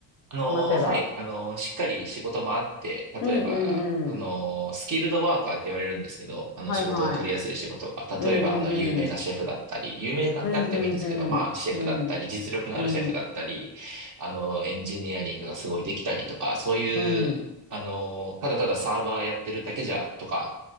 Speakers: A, on the right; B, on the left.
A: あのー、
B: 待てば。
A: はい、あのー、しっかり仕事もあって、
B: うん
A: 例えば、あのー、
B: うん
A: スキルドワーカーって言われるんですけど、あの、
B: うん。はいはい。
A: 仕事が取りやすい仕事が、
B: うんう
A: 例えば、あの、有名なシェフだったり、
B: んうん。
A: 有名じゃななくてもいいんですけど、
B: うんうんうん。
A: まあ、シェフだったり、
B: うんうん
A: 実力のあるシェフだったり、あの、エンジニアリングがすごいできたりとか、そういう、
B: うん。
A: あのー、ただただサーバーやってるだけじゃ、とか、